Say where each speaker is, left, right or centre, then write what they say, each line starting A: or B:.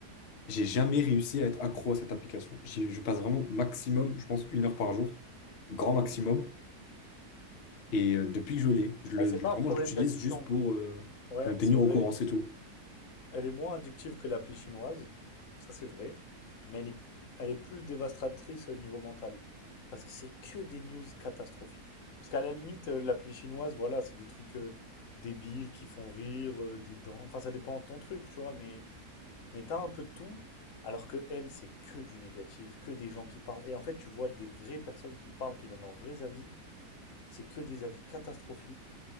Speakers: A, on the left (about 80°); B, on the left (about 60°).
A: J'ai jamais réussi à être accro à cette application. J'y- Je passe vraiment maximum, je pense, une heure par jour, grand maximum. Et euh, depuis que je l'ai, je le,
B: Bah, c'est
A: je-
B: pas
A: vraiment,
B: un problème
A: je l'utilise
B: d'addiction.
A: juste pour, euh,
B: Ouais,
A: pour me tenir
B: c'est vrai.
A: au courant, c'est tout.
B: Elle est moins addictive que l'appli chinoise, ça c'est vrai, mais elle est, elle est plus dévastatrice au niveau mental. Parce que c'est que des news catastrophiques. Parce qu'à la limite, euh, l'appli chinoise, voilà, c'est des trucs euh, débiles qui font rire, euh, des dents. Enfin, ça dépend de ton truc, tu vois, mais, mais t'as un peu de tout. Alors que elle, c'est que du négatif, que des gens qui parlent. Et en fait, tu vois des vraies personnes qui parlent, qui donnent leurs vrais avis. C'est que des avis catastrophiques.